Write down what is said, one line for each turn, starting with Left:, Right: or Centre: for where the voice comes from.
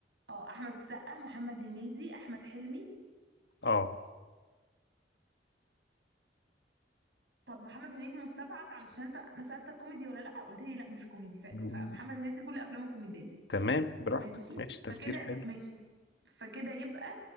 Right: اه احمد السقا محمد هنيدي احمد حلمي
Left: آه
Right: طب محمد هنيدي مستبعد علشان انت انا سالتك كوميدي ولا لا قلت لي لا مش كوميدي ف...
Left: مم.
Right: فمحمد هنيدي كل افلامه كوميديه
Left: تمام براحتك
Right: ماشي
Left: ماشي تفكير
Right: فكده
Left: حلو
Right: ماشي فكده يبقى